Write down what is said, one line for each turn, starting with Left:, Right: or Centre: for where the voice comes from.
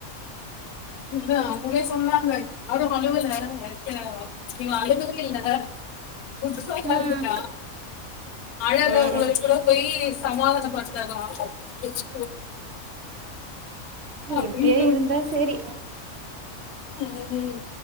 Left: இன்னிக்கு தா அவங்களே சொன்னாங்க யாரு அழவுல வக்கல இவ அழுகவே இல்ல புதுசா கெளம்பிட்டா
Right: ம்
Left: அழாதவங்கள
Right: ம்
Left: கூட போயி சமாதான படுத்துறதா பிச் அப்டின்ட்டு
Right: எப்டியே இருந்தா
Left: விட்டே
Right: செரி
Left: ம் ம்